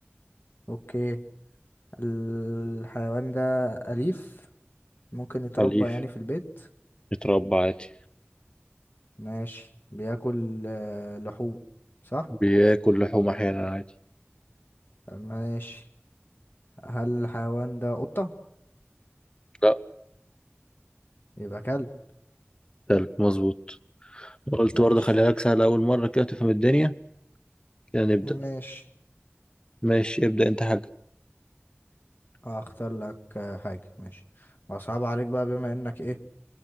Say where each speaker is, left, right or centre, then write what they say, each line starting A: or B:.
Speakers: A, on the left; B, on the left.
A: اوكي الحيوان ده أليف ممكن يتربى
B: أليف
A: يعني في البيت
B: بيتربى عادي
A: ماشي بياكل آه، لحوم صح
B: بياكل لحوم احيانا عادي
A: ماشي هل الحيوان ده قطة
B: لا
A: يبقى كلب
B: كلب مظبوط قلت
A: ماشي
B: برضه خليها لك سهله اول مره كده تفهم الدنيا كده نبدا
A: ماشي
B: ماشي ابدا انت حاجه
A: هختار لك آه، حاجة ماشي وصعب عليك بقى بما انك ايه